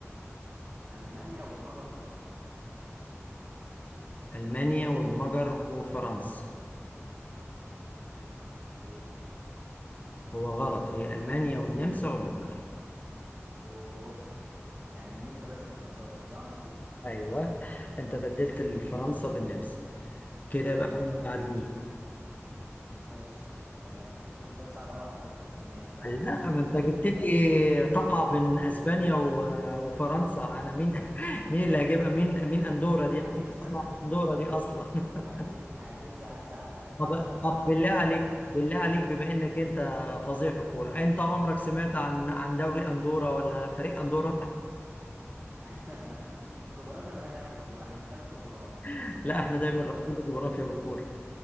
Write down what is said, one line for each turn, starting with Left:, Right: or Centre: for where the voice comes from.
Right: المانيا والمجر وفرنسا
Left: ألمانيا والمجر وفرنسا
Right: ايه
Left: هو غلط هي ألمانيا والنمسا والمجر
Right: اوه يعني النمسا بس كانت ناقصاني صح
Left: أيوه أنت بدلت فرنسا بالنمسا كده
Right: اه
Left: يبقى احنا متعادلين
Right: ماشي تمام ده دي سؤال صعب قوي على فكره بس ماشي سهله
Left: لا ما أنت جبت
Right: هد...
Left: لي تقع بين أسبانيا و- وفرنسا أنا مين <laughs> مين اللي هجيبها مين مين أندورا
Right: ايوه
Left: دي أنا ما أسمع
Right: <laughs>
Left: أندورا دي أصلا <laughs>
Right: هديك هديك سؤال سهل هديك
Left: طب
Right: سؤال سهل
Left: طب بالله
Right: سؤال
Left: عليك
Right: سهل
Left: بالله عليك بما إنك أنت فظيع في الكورة أنت عمرك سمعت عن عن دوري أندورا ولا فريق أندورا؟
Right: <laughs> الجغرافيا مالهاش علاقه بالكوره احنا بنتكلم في الجغرافيا
Left: <laughs> لا احنا دايما
Right: تمام
Left: رابطين الجغرافيا بالكورة